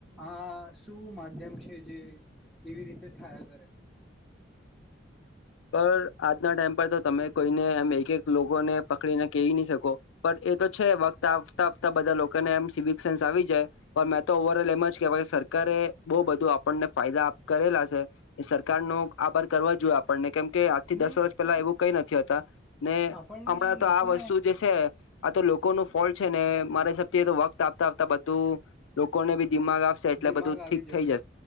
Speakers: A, in the centre; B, on the left.
A: આ શું માધ્યમ છે. જે એવી રીતે થયા કરે
B: પર આજના ટાઈમ પર તો તમે કોઈને અમે એક એક લોકોને પકડીને કહી નહી શકો પણ એ તો છે વત તા <unintelligible> બધા લોકોને એમ સિવિક સેન્સ આવી જાય પણ તો ઓવર ઓલ એમ જ કેહેવાય કે સરકારે બહુ બધું આપણને ફાયદા આપતા રહેલા છે સરકાર નો આભાર કરવા જોએ આપણને કેમ કે આજ થી
A: નહી
B: દસ
A: નહી
B: વર્ષ પેલા એવું કઈ નથી હતા ને
A: આપણને
B: હમણાં તો
A: લોકોને
B: આ વસ્તુ જે છે આ તો લોકો નો ફોલ છે ને મારે છે એતો વક્ત આવતા આવતા બધું લોકોને બી દિમાગ આપશે એટલે
A: દિમાગ
B: બધું
A: આવી
B: ઠીક
A: જશે
B: થઈ